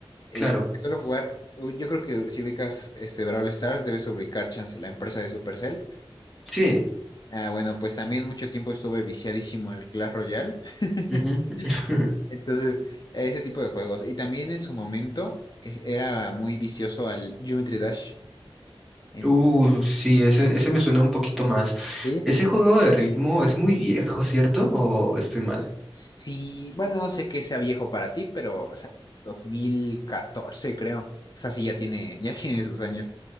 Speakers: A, on the left (about 45°); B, in the centre.
A: eh,
B: Claro.
A: suelo jugar, yo creo que si ubicas este Brawl Stars, debes ubicar Chance, la empresa de Supercell.
B: Sí.
A: Ah, bueno, pues también mucho tiempo estuve viciadísimo al Clash Royale. <laughs>
B: Ujú. <laughs>
A: Entonces, a ese tipo de juegos. Y también en su momento es- era muy vicioso al Geometry Dash. Entonces,
B: Uh, sí, ese, ese me suena un poquito más.
A: sí,
B: Ese juego de ritmo es muy viejo, ¿cierto? ¿O estoy mal?
A: sí, bueno, no sé qué sea viejo para ti, pero o sea, 2014 creo. O sea, sí, ya tiene, ya <laughs> tiene sus años.